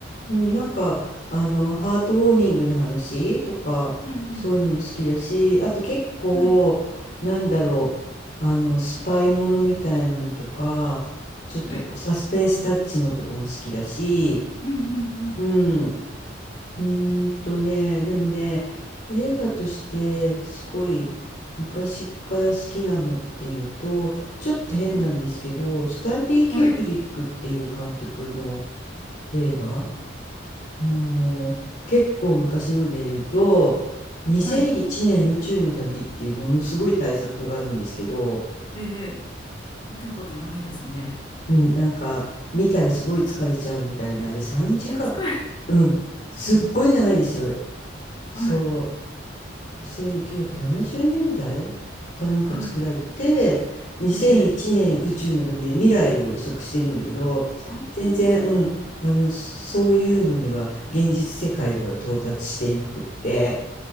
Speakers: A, on the left; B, on the left.
A: うん、なんか、あの、ハートウォーミングの話とか、
B: うん
A: そういうのも好きだし、あと結構、
B: うん。はい。
A: なんだろう、あの、スパイものみたいなのとか、ちょっとこう、
B: はい。
A: サスペンスタッチのとかも好きだし、
B: うんうんうん。
A: うん。うーんとね、でもね、映画としてすごい昔から好きなのっていうと、ちょっと変なんですけど、
B: はい。
A: スタンリー・キューブリックっていう監督の
B: はい。
A: 映画、もう結構昔ので言うと、2001年宇宙の旅っていうものすごい大作があるんですけど、
B: はい。ええ、見たことないですね。
A: うん、なんか見たらすごい疲れちゃうみたいな、あれ3時間、
B: え、使え、<laughs>
A: うん、すっごい長いんですよ。
B: はい。
A: そう。1970年代かなんか作られて2001年宇宙の旅で未来を予測してるんだけど全然、
B: はい。ええ、あー
A: うん、あのそういうのには現実世界では到達していなくって、